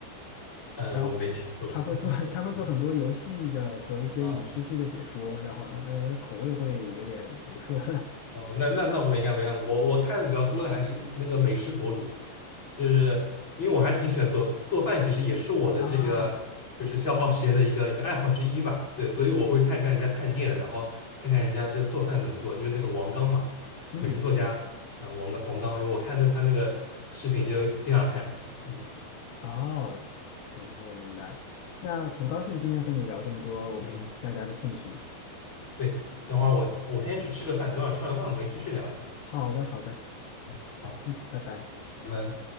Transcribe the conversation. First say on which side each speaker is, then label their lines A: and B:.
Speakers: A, on the left; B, on the left.
A: 嗯，
B: 然后他会做
A: 我没听说过，
B: <laughs> 他会做很多游戏的和一些影视剧的解说，
A: 嗯，<laughs> 啊，
B: 然后啊，他的口味会有点独特
A: 哦，那那那我应该没看，我我看的比较多的还是那个美食博主，就是因为我还挺喜欢做做饭，其实也是我的这个就是消耗时间的一个一个爱好之一吧，
B: <laughs> 啊，
A: 对，所以我会看看人家探店的，然后看看人家这个做饭怎么做，就是那个王刚嘛，
B: 嗯，
A: 美食作家啊，王刚王刚，我看的他那个视频就经常看，嗯
B: 哦，嗯，我明白。那很高兴今天和你聊这么多我们大家的兴趣。
A: 嗯，嗯对，等会儿我我先去吃个饭，等会儿吃完饭我们可以继续聊一下，
B: 好的，好的，
A: 嗯，好，
B: 嗯，拜拜。
A: 拜拜。